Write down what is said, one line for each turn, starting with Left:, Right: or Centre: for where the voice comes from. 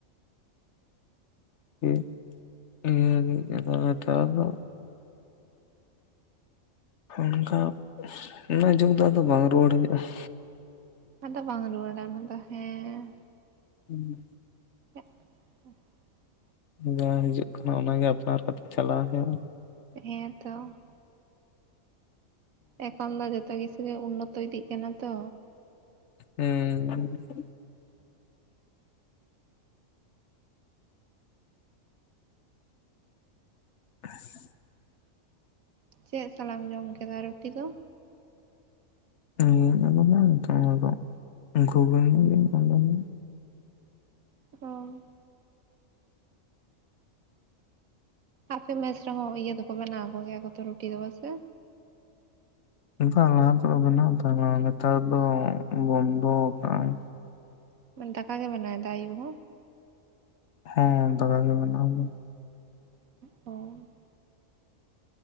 Left: ᱪᱮᱫ ᱱᱤᱭᱟᱹ ᱜᱮ ᱱᱮᱛᱟᱨ ᱫᱚ ᱚᱱᱠᱟ ᱚᱱᱟ ᱡᱩᱜᱽ ᱫᱚ ᱟᱫᱚ ᱵᱟᱝ ᱨᱩᱣᱟᱹᱲ ᱦᱩᱭᱩᱜᱼᱟ ᱾
Right: ᱟᱫᱚ ᱵᱟᱝ ᱨᱩᱣᱟᱹᱲᱟ ᱚᱱᱟ ᱫᱚ ᱦᱮᱸ ᱾
Left: ᱦᱩᱸ ᱾
Right: <unintelligible>
Left: ᱡᱟ ᱦᱤᱡᱩᱜ ᱠᱟᱱᱟ ᱚᱱᱟᱜᱮ ᱟᱯᱱᱟᱨ ᱠᱟᱛᱮᱜ ᱪᱟᱞᱟᱣ ᱦᱩᱭᱩᱜᱼᱟ ᱾
Right: ᱦᱮᱸ ᱛᱚ ᱾ ᱮᱠᱷᱚᱱ ᱫᱚ ᱡᱚᱛᱚ ᱠᱤᱪᱷᱩ ᱜᱮ ᱩᱱᱱᱚᱛᱚ ᱤᱫᱤᱜ ᱠᱟᱱᱟ ᱛᱚ
Left: ᱦᱩᱸᱻ ᱾ <inaudible>
Right: ᱪᱮᱜ ᱥᱟᱞᱟᱜ ᱮᱢ ᱡᱚᱢ ᱠᱮᱫᱟ ᱨᱩᱴᱤ ᱫᱚ?
Left: <unintelligible> <unintelligible>
Right: ᱦᱳᱭ ᱟᱯᱮ ᱢᱮᱥ ᱨᱮᱦᱚᱸ ᱤᱭᱟᱹ ᱫᱚᱠᱚ ᱵᱮᱱᱟᱣᱟᱠᱚ ᱜᱮᱭᱟ ᱠᱚ ᱛᱚ ᱨᱩᱴᱤ ᱫᱚ ᱵᱟᱥᱮ?
Left: ᱵᱟᱝ ᱞᱟᱦᱟ ᱛᱚ ᱵᱮᱱᱟᱣ ᱛᱟᱦᱮᱱᱟᱭ ᱱᱮᱛᱟᱨ ᱫᱚ ᱵᱚᱱᱫᱚ ᱠᱟᱜ ᱟᱭ᱾
Right: <unintelligible> ᱫᱟᱠᱟ ᱜᱮ ᱵᱮᱱᱟᱭᱮᱫᱟ ᱟᱭᱩᱵ ᱦᱚᱸ
Left: ᱦᱮᱸ ᱫᱟᱠᱟ ᱜᱮ ᱵᱮᱱᱟ <unintelligible>
Right: <unintelligible>